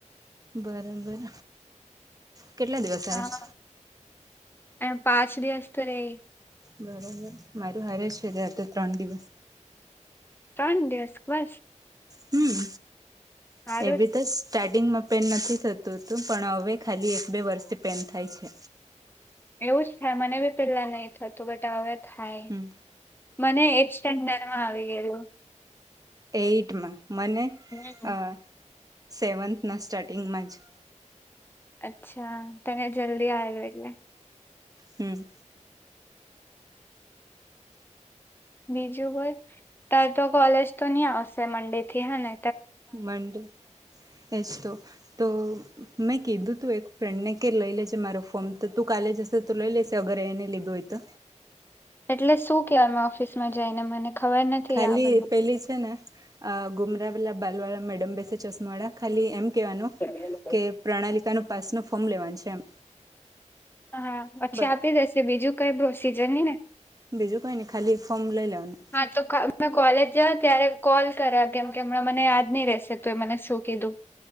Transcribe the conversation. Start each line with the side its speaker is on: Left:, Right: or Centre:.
Right: બરોબર કેટલા દિવસ આવે
Left: હા એ પાંચ દિવસ તો નઈ
Right: બરાબર મારું હાર છે તાર તો ત્રણ દિવસ
Left: ત્રણ દિવસ બસ
Right: હમ્મ
Left: સારું
Right: એવી
Left: જ.
Right: તો બસ સ્ટાર્ટિંગમાં પેન નથી થતું પણ હવે ખાલી એક બે વર્ષથી પેન થાય છે.
Left: એવું જ થાય મને બી પેલા નહી થતું બટ હવે થાય
Right: હમ
Left: મને એ સ્ટન એ હા આવી ગયુ
Right: એઈટમાં મને
Left: હમ
Right: અ સેવન્થના સ્ટાર્ટિંગમાં જ
Left: અચ્છા તને જલ્દી આવજો એટલે
Right: હમ્મ.
Left: બીજું હોઈ તાર તો કોલેજ તો નહી આવશે મંડે થી હેને
Right: મંડે એજ તો તો મેં કીધું તું એક ફ્રેન્ડ ને કે લઈ લેશે મારો ફોર્મ તો તું કાલે જશે તો લઈ લેશે અગર એને લીધું હોય તો
Left: એટલે શું કેવાનું ઓફિસમાં જઈને મને ખબર નથી
Right: ખાલી
Left: આ બધું
Right: પેલી જ છે ને ગુમરા વલા બાલવાળા મેડમ બેસે ચશમા વાળા ખાલી એમ કેવાનું
Left: એે
Right: કે પ્રણાલીકાનો પાસ નુ ફોર્મ લેવાનું છે એમ
Left: હા પછી
Right: બસ
Left: આપી દેશે બીજું કઈ પ્રોસીજર નહીં ને
Right: બીજું કાઈ નહિ ખાલી એક ફોર્મ લઈ લેવાનું
Left: હા તો મેં કોલેજ જ ત્યારે કોલ કર્યા કેમ કે હમણાં મને યાદ નહી રહેશે તો એ મને શું કીધું